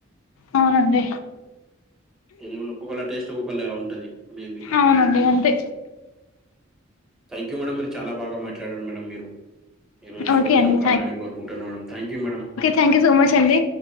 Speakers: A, on the left (about 85°); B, in the centre.
A: అవునండి
B: ఉమ్ ఒక్కొక్కళ టేస్ట్ ఒక్కొక్కళ ఉంటది మేబి
A: అవునండి అంతే
B: థాంక్యూ మేడం మీరు చాలా బాగా మాట్లాడారు మేడం మీరు. ఈ రోజు శుభదినం
A: ఓకే అండి
B: కావాలని కోరుకుంటున్నాను thank you madam.
A: Thank you so much అండి.